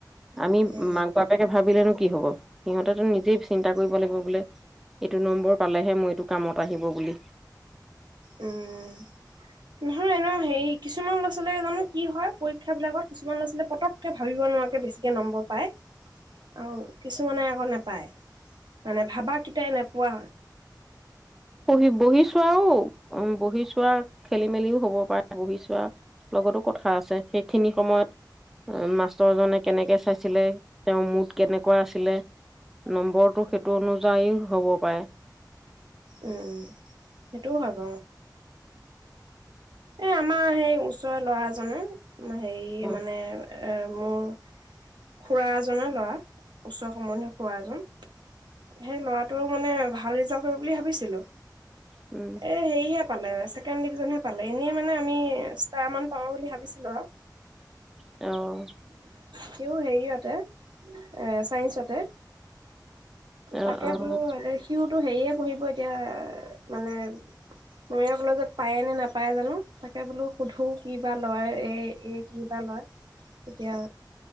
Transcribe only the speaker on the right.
উম,
উম নহয় এনেও হেৰি কিছুমান ল'ৰা ছোৱালী জানো কি হয় পৰীক্ষাবিলাকত কিছুমান ল'ৰা ছোৱালীয়ে পতককৈ ভাবিব নোৱাৰাকে বেছিকে নম্বৰ পায় আৰু কিছুমানে আকৌ নাপায়। মানে ভাবাকিটাই নেপোৱা
উম সেইটোও হব এ আমাৰ সেই ওচৰত ল'ৰাজনে আমাৰ হেৰি
মানে <unintelligible> এ মোৰ খুড়া এজনৰ লৰা উচ্চ সম্বন্ধীয় খুৰা এজন সেই ল'ৰাটো মানে ভাল ৰিল্টযি কৰিব বুলি ভাবিছিলোঁ
এ হেৰি হেত পালে ছেকেড ডিভিজনহে পালে এনে মানে আমি ষ্টাৰা মান পাব বুলি ভাবিছিলো আৰু
<inaudible> সিও হেৰিয়তে, এ চাইন্সতে।
তাকে
বোলো হেৰিয়ে পঢ়িব এতিয়া মানে অয় কলেজত পায় নে নাপায় জানো তাকে বোলো সুধো কি বা লয় এ এ কি বা লয়। তেতিয়া